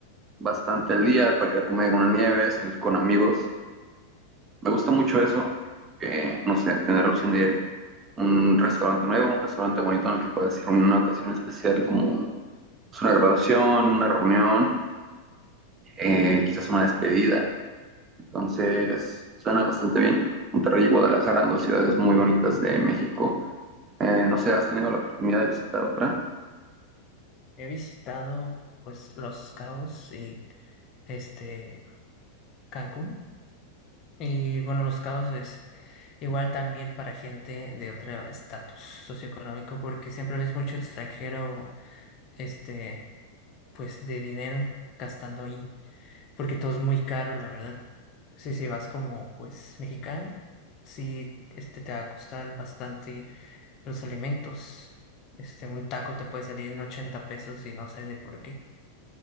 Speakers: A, on the right; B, on the left.
A: bastante el día para ir a comer una nieve, salir con amigos. Me gusta mucho eso, eh, no sé, tener la opción de ir a un restaurante nuevo, un restaurante bonito en el que puedas ir en una ocasión especial como pues, una graduación, una reunión, eh, quizás una despedida. Entonces, suena bastante bien. Monterrey y Guadalajara, dos ciudades muy bonitas de México. Eh, no sé, ¿has tenido la oportunidad de visitar otra?
B: He visitado pues Los Cabos y este Cancún. Y bueno, Los Cabos es igual también para gente de otro estatus socioeconómico, porque siempre ves mucho extranjero, este, pues de dinero gastando ahí. porque todo es muy caro, la verdad. si si vas como pues mexicano, sí, este te va a costar bastante los alimentos. Este, un taco te puede salir en 80 pesos y no sé ni por qué.